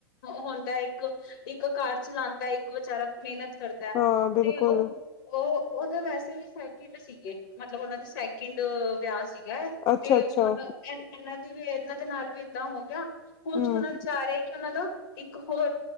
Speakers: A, on the left (about 50°); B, on the left (about 30°).
A: ਹੁੰਦਾ ਇੱਕ। ਇੱਕ ਕਾਰ ਚਲਾਉਦਾ ਇੱਕ ਵਿਚਾਰਾ ਮਿਹਨਤ ਕਰਦਾ ਹੈ।
B: ਹਾਂ
A: ਤੇ
B: ਬਿਲਕੁਲ
A: ਉਹ ਉਹ, ਉਹ ਤਾਂ ਵੈਸੇ ਵੀ ਸੈਕਿੰਡ ਸੀਗੇ। ਮਤਲਬ ਉਹਨਾਂ ਦੇ ਸੈਕਿੰਡ ਵਿਆਹ ਸੀ। ਹੈ।
B: ਅੱਛਾ-ਅੱਛਾ
A: ਤੇ ਹੁਣ ਇਹ ਇਹਨਾਂ ਦੀ ਵੀ ਇਹਨਾਂ ਦੇ ਨਾਲ ਵੀ ਏਦਾਂ ਹੋ ਗਿਆ। ਕੁੁਝ
B: ਹੂੰ
A: ਸੁਣ ਚਾਹ ਰਿਹਾ ਕਿ ਉਹਨਾਂ ਦਾ ਇੱਕ ਹੋਰ,